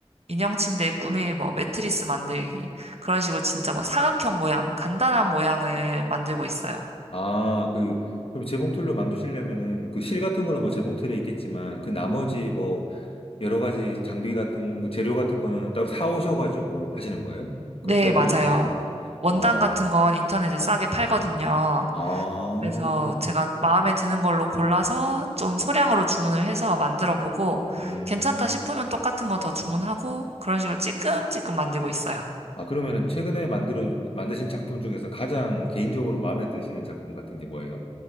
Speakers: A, on the right; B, on the left.
A: 인형 침대 꾸밀 뭐 매트리스 만들기 그런 식으로 진짜 뭐 사각형 모양 간단한 모양을 만들고 있어요.
B: 아, 그, 그럼 재봉틀로 만드시려면은 그 실 같은 거는 뭐 재봉틀에 있겠지만 그 나머지 뭐 여러 가지 장비 같은, 거, 재료 같은 거는 따로 사오셔가지고 하시는 거예요? 그런
A: 네,
B: 패브릭이나
A: 맞아요.
B: 이런 거?
A: 원단
B: 어,
A: 같은 건 인터넷에 싸게 팔거든요.
B: 아,
A: 그래서 제가 마음에 드는 걸로 골라서 좀 소량으로 주문을 해서 만들어 보고
B: 음.
A: 괜찮다 싶으면 똑같은 거 더 주문하고 그런 식으로 찔끔찔끔 만들고 있어요.
B: 아, 그러면은 최근에 만들어, 만드신 작품 중에서 가장 개인적으로 마음에 드시는 작품 같은 게 뭐예요?